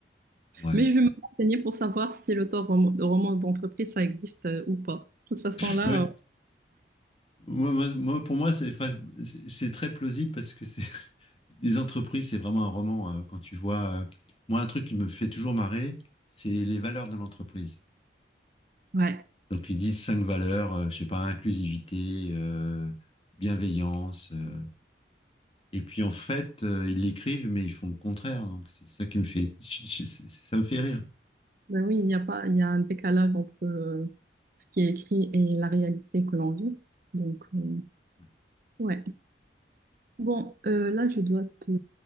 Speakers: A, on the left; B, on the right.
A: ouais,
B: Mais je vais me renseigner pour savoir si l'auteur rom- de romans d'entreprise, ça existe euh, ou pas. De toute façon,
A: <laughs>
B: là,
A: ouais.
B: euh,
A: Moi, moi, moi, pour moi, c'est, enfin, c'est c'est très plausible parce que c'est <laughs> les entreprises, c'est vraiment un roman. euh, quand tu vois, euh, moi, un truc qui me fait toujours marrer, c'est les valeurs de l'entreprise.
B: ouais.
A: Donc ils disent cinq valeurs, euh, je sais pas, inclusivité, euh, bienveillance, euh, Et puis en fait, euh, ils l'écrivent, mais ils font le contraire. Donc c'est ça qui me fait, <laughs> ça me fait rire.
B: Ben oui, il y a pas, il y a un décalage entre euh, ce qui est écrit et la réalité que l'on vit. Donc, euh,
A: Ouais.
B: ouais. Bon, euh, là, je dois te